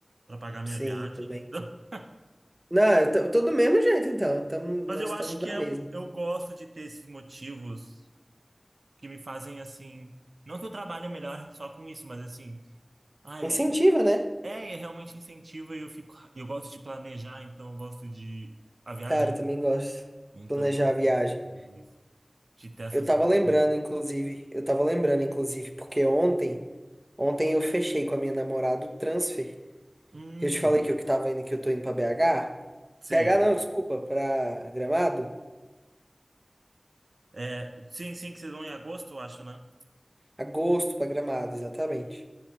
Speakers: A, on the right; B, on the right.
A: pra pagar minha
B: Sim,
A: viagem.
B: também.
A: <laughs>
B: Não, eu tô, tô do mesmo jeito, então. Tamo, nós
A: Mas eu
B: estamos
A: acho que
B: na
A: é
B: mesma.
A: um... eu gosto de ter esses motivos que me fazem assim. Não que eu trabalhe melhor só com isso, mas assim. Ai,
B: Incentiva, né?
A: é, é realmente incentivo e eu fico. Eu gosto de planejar, então eu gosto de. A viagem.
B: Cara, eu também gosto de
A: Então
B: planejar
A: eu gosto
B: a viagem.
A: de de ter essa
B: Eu
A: sensação.
B: tava lembrando, inclusive. Eu tava lembrando, inclusive, porque ontem, ontem eu fechei com a minha namorada o transfer.
A: Hum,
B: Eu te falei que eu que tava indo, que eu tô indo pra BH.
A: sim.
B: BH não, desculpa, pra Gramado.
A: É, sim, sim, que vocês vão em agosto, eu acho, né?
B: Agosto pra Gramado, exatamente.